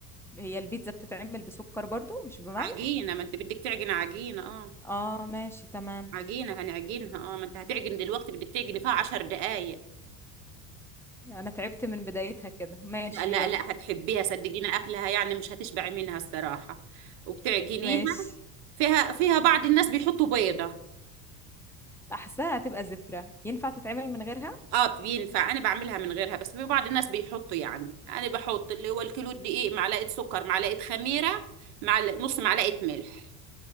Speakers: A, in the centre; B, on the right.
A: هي البيتزا بتتعمل بسكر برضو مش بملح
B: وعجينه ما انت بدك تعجن عجينه اه
A: اه ماشي تمام
B: عجينه هنعجنها اه ما انت هتعجن دلوقتي بدك تعجني فيها عشر دقايق
A: انا تعبت من بدايتها كده ماشي
B: لا لا
A: يلا
B: لا هتحبيها صدقيني اكلها يعني مش هتشبعي منها الصراحه وبتعجنيها
A: ماشي
B: فيها فيها بعض الناس بيحطوا بيضه
A: احسها هتبقى زفرة ينفع تتعمل من غيرها
B: اه بينفع انا بعملها من غيرها بس في بعض الناس بيحطوا يعني انا بحط اللي هو الكيلو دقيق معلقه سكر معلقه خميره مع نص معلقه ملح